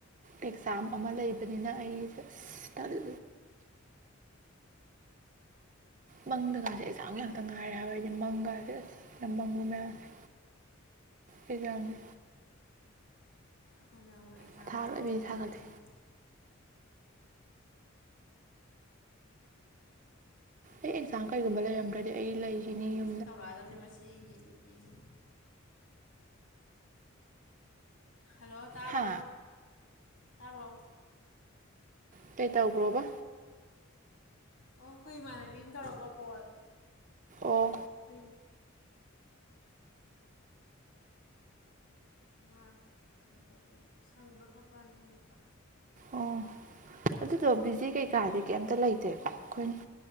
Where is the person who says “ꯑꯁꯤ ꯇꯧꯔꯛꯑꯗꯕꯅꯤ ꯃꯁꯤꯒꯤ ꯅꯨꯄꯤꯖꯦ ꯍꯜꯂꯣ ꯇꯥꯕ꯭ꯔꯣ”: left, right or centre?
Left